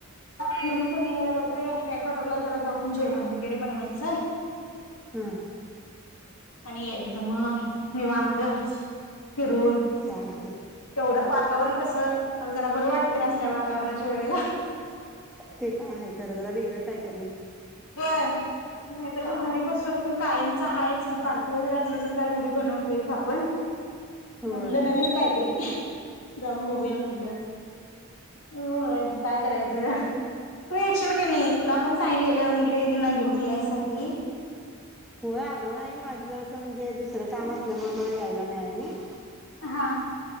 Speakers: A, on the left (about 70°); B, in the centre.
A: फिरूनपण यायला होत आणि बॅक वॉटरला जरा जाऊन जेवण वगैरे बनवायचं
B: हा
A: आणि यायचं म निवांत फिरून
B: चालते
A: तेवढं वातावरण कसं जरा बरं वाटते असल्या वातावरणाच्या वेळेला
B: ते पण आहे, खरं जरा वेगळं काही तरी
A: होय नाही, तर मग घरी बसून कायमच हाय की पार्टी वगैरे असली, तर काय घरी बनवतोयच आपण
B: होय
A: म्हंनल नवीन काय <inaudible> जाऊन बघूया म्हनलं होय काय करायचंतु तु येशील तुला पण सांगितले आपल्या मुलीना घेऊन यायसाठी
B: होय आग नाही माझ जरास म्हणजे दुसरं काम असल्यामुळे मला यायला मियाय नही.
A: हा